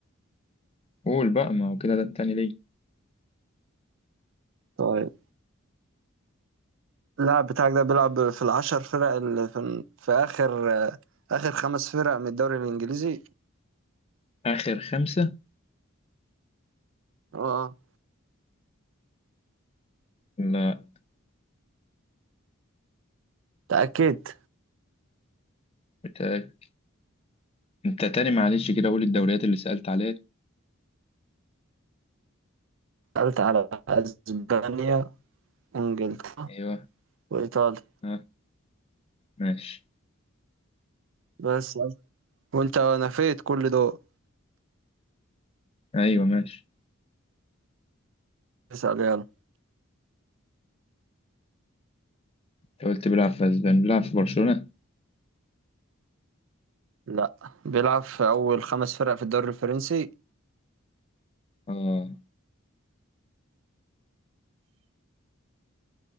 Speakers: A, on the left (about 30°); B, on the right (about 65°).
A: قول بقى ما هو كده ده التاني ليه
B: طيب اللاعب بتاعك ده بيلعب في العشر فرق اللي في, في اخر آه، اخر خمس فرق من الدوري الانجليزي
A: اخر خمسة
B: اه
A: لا
B: تأكدت
A: بتاعك انت تاني معلش كده قول الدوريات اللي سألت عليها
B: سألت على أسبانيا وإنجلترا
A: ايوه
B: وإيطاليا
A: ها ماشي
B: بس وأنت نفيت كل دول
A: ايوه ماشي
B: اسأل يلا
A: انت قلت بيلعب في اسبانيا بيلعب في برشلونة
B: لا بيلعب في أول خمس فرق في الدوري الفرنسي
A: اه